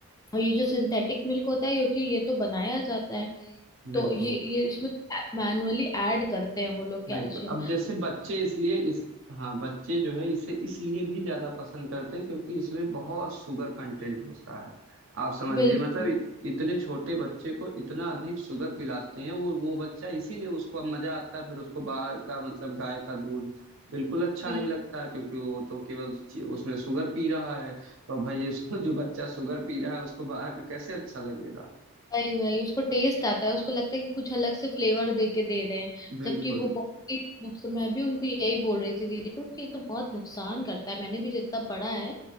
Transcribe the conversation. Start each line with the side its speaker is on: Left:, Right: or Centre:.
Left: और ये जो सिंथेटिक मिल्क होता है क्योंकि ये तो बनाया जाता है तो
Right: बिल्कुल
Left: ये ये इसमें मैनुअली ऐड करते हैं वो लोग कैल्शियम
Right: बिल्कुल अब जैसे बच्चे इसलिए इस हाँ बच्चे जो है इसे इसलिए भी ज्यादा पसंद करते हैं क्योंकि इसमें बहुत शुगर कंटेंट होता है आप समझ लिए
Left: बिल्कुल
Right: मतलब इत, इतने छोटे बच्चे को इतना अधिक शुगर पिलाते हैं वो वो बच्चा इसीलिए उसको अब मजा आता है फिर उसको बाहर का मतलब गाय का दूध बिल्कुल अच्छा
Left: हम्म,
Right: नहीं लगता है क्योंकि वो तो केवल ची- उसमें शुगर पी रहा है तो भाई इसको जो बच्चा शुगर पी रहा है उसको बाहर का कैसे अच्छा लगेगा
Left: वही वही उसको टेस्ट आता है उसको लगता है कि कुछ अलग से फ्लेवर दे के दे रहे हैं
Right: बिल्कुल
Left: जबकि वो बहुत ही नुकसान मैं भी उनको यही बोल रही थी दीदी को कि ये तो बहुत नुकसान करता है मैंने भी जितना पढ़ा है